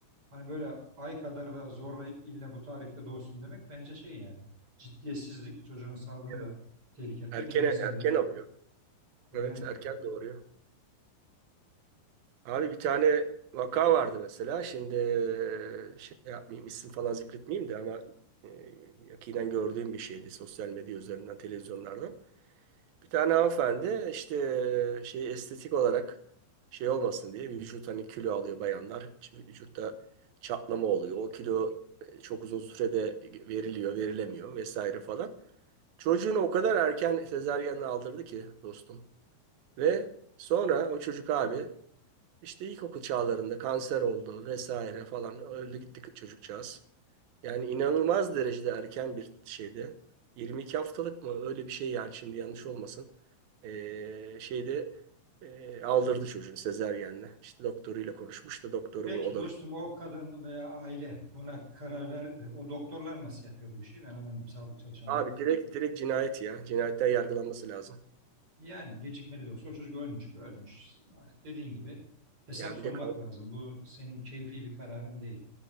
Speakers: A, on the right; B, on the right.
A: hani böyle ay kadar da zorlayıp illa bu tarihte doğsun demek bence şey yani ciddiyetsizlik çocuğun sağlığını
B: Yani
A: da tehlikeye atıyor
B: erken
A: kendisini
B: erken
A: de
B: alıyor.
A: yani.
B: Evet, erken doğuruyor. Abi bir tane vaka vardı mesela. Şimdi e, şey yapmayayım, isim falan zikretmeyeyim de ama e, yakinen gördüğüm bir şeydi sosyal medya üzerinden, televizyonlardan. Bir tane hanımefendi işte e, şey estetik olarak şey olmasın diye vücut hani kilo alıyor bayanlar. Vücutta çatlama oluyor. O kilo e, çok uzun sürede veriliyor, verilemiyor vesaire falan. Çocuğunu o kadar erken sezaryenle aldırdı ki dostum. Ve sonra o çocuk abi işte ilkokul çağlarında kanser oldu vesaire falan öldü gitti çocukcağız. Yani inanılmaz derecede erken bir şeydi. Yirmi iki haftalık mı öyle bir şey yani şimdi yanlış olmasın. Ee, şeyde e, aldırdı çocuğunu sezeryenle. İşte doktoruyla konuşmuş da doktoru
A: Peki
B: o o
A: dostum
B: da
A: o kadın veya aile buna karar verdi de o doktorlar nasıl yapıyor bu işi ben anlamıyorum sağlık çalışanları.
B: abi direkt direkt cinayet ya. Cinayetten yargılanması lazım.
A: Yani gecikmeli de olsa o çocuk ölmüş mü ölmüş. Dediğin gibi hesap
B: Ya bir
A: sormak
B: de kan-
A: lazım. Bu senin keyfi bir kararın değil.